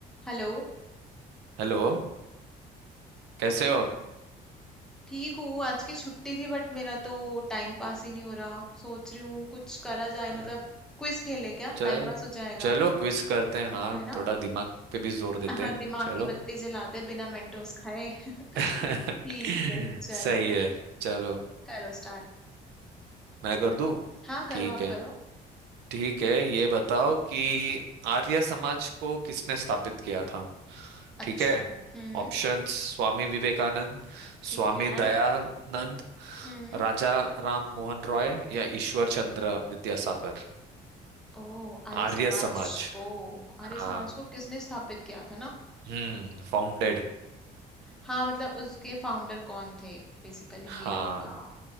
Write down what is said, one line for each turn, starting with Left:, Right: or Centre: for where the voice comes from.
Centre: Hello
Right: Hello कैसे हो
Centre: ठीक हूँ आज की छुट्टी थी बट मेरा तो टाइम पास ही नहीं हो रहा सोच रही हूँ कुछ करा जाए
Right: अ,
Centre: मतलब क्विज खेले क्या
Right: च,
Centre: टाइम पास हो जाएगा
Right: चलो क्विज करते हैं हाँ
Centre: है ना
Right: थोड़ा दिमाग पे भी जोर देते
Centre: हाँ
Right: हैं
Centre: दिमाग
Right: चलो
Centre: की बत्ती जलाते बिना मेंटोस खाए <laughs>
Right: <laughs>
Centre: ठीक है चलो
Right: सही है चलो
Centre: करो स्टार्ट
Right: मैं कर दूं
Centre: हाँ करो
Right: ठीक
Centre: आप
Right: है
Centre: करो
Right: ठीक है ये बताओ कि आर्य समाज को किसने स्थापित किया था
Centre: अच्छा
Right: ठीक है
Centre: हम्म
Right: ऑप्शंस स्वामी विवेकानंद
Centre: ठीक
Right: स्वामी
Centre: है
Right: दयानंद
Centre: हम्म
Right: राजा राम मोहन रॉय या ईश्वर चंद्र विद्यासागर
Centre: ओ आर्य
Right: आर्य
Centre: समाज
Right: समाज
Centre: ओ
Right: हाँ
Centre: आर्य समाज को किसने स्थापित किया था ना
Right: हम्म फाउंडेड
Centre: हाँ मतलब उसके फाउंडर कौन थे बेसिकली
Right: हाँ
Centre: ये आपका